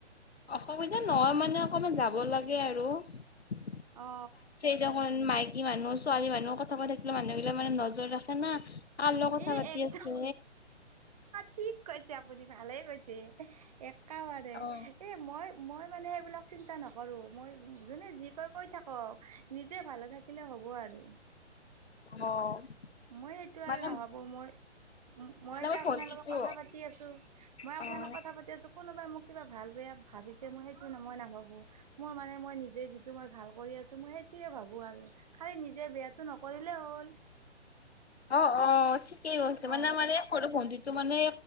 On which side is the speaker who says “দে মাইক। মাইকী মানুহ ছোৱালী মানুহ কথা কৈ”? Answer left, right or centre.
Left